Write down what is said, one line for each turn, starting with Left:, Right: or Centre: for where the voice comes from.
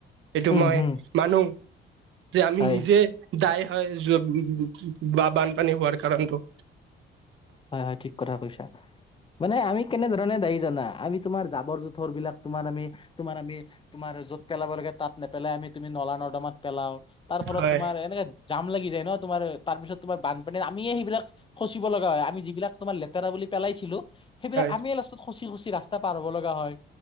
Right: এইটো
Left: উম
Right: মই
Left: হম
Right: মানো যে আমি
Left: হয়
Right: নিজে দাই হয় বা বানপানী হোৱাৰ কাৰণটো।
Left: হয় হয় ঠিক কথা কৈছা। মানে আমি কেনেধৰণে দায়ী জনা, আমি তোমাৰ জাবৰ জোথৰবিলাক তোমাৰ আমি তোমাৰ আমি তোমাৰ য'ত পেলাব লাগে তাত নেপেলাই আমি তুমি নলা নৰ্দমাত পেলাও তাৰ ফলত
Right: হয়
Left: তোমাৰ এনেকে জাম লাগি যায় ন তোমাৰ তাৰপিছত তোমাৰ বানপানীৰ আমিয়ে সেইবিলাক সচিব লগা হয় আমি যিবিলাক তোমাৰ লেতেৰা বুলি পেলাইছিলো সেইবিলাক
Right: হয়
Left: আমি খুচি খুচি ৰা্ত পাৰ হ'ব লগা হয়